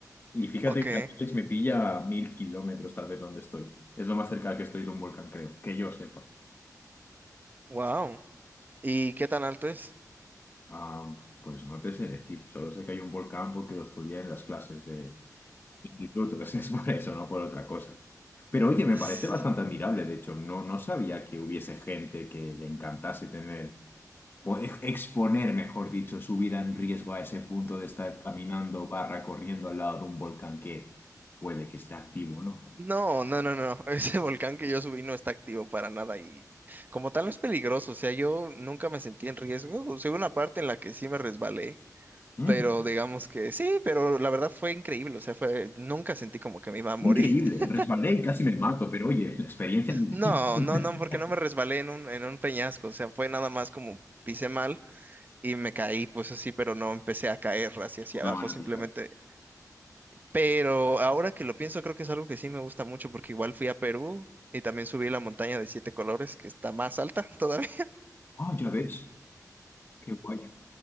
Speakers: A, on the left; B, on the right.
A: Y fíjate
B: Ok,
A: que Canarias me pilla a mil kilómetros tal vez donde estoy. Es lo más cerca que estoy de un volcán, creo, que yo sepa.
B: wow. ¿Y qué tan alto es?
A: Ah, pues no te sé decir, solo sé que hay un volcán porque lo estudié en las clases institutos, <laughs> es por eso, no por otra cosa. Pero oye, me
B: S-
A: parece bastante admirable, de hecho, no, no sabía que hubiese gente que le encantase tener, po- ex- exponer, mejor dicho, su vida en riesgo a ese punto de estar caminando barra corriendo al lado de un volcán que puede que esté activo, ¿no?
B: No, no, no, no. <laughs> Ese volcán que yo subí no está activo para nada y como tal no es peligroso. O sea, yo nunca me sentí en riesgo. O sea, hubo una parte en la que sí me resbalé,
A: Mm.
B: pero
A: <laughs>
B: digamos que sí, pero la verdad fue increíble. O sea, fue, nunca sentí como que me iba a morir.
A: Qué Increíble,
B: <laughs>
A: resbalé y casi me mato, pero oye, la experiencia...
B: No,
A: <laughs>
B: no, no, porque no me resbalé en un, en un peñasco. O sea, fue nada más como pisé mal y me caí, pues así, pero no empecé a caer hacia, hacia
A: Una
B: abajo.
A: maravilla.
B: Simplemente Pero ahora que lo pienso, creo que es algo que sí me gusta mucho porque igual fui a Perú y también subí la montaña de siete colores que está más alta <laughs> todavía.
A: Ah, ya ves, qué guay.